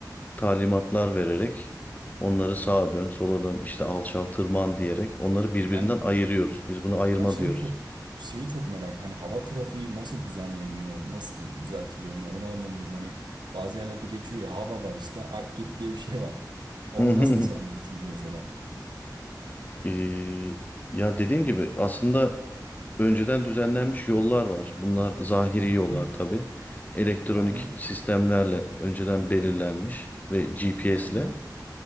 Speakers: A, on the left; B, on the right.
A: talimatlar vererek onları sağa dön, sola dön, işte alçal, tırman diyerek onları birbirinden
B: Ben
A: ayırıyoruz. Biz bunu ayırma
B: ben şeyi
A: diyoruz.
B: çok şeyi çok merak hani hava trafiği nasıl düzenleniyor, nasıl düzeltiliyor ne onu anlamıyorum. Hani bazı yerlerde geçiyor ya hava var işte ak git diye bir şey var. Onu
A: <laughs>
B: nasıl düzenliyorsunuz mesela?
A: Ee, ya dediğim gibi aslında önceden düzenlenmiş yollar var. Bunlar zahiri
B: Hı
A: yollar tabii. Elektronik
B: hı. hı.
A: sistemlerle önceden belirlenmiş ve GPS'le.
B: Anladım.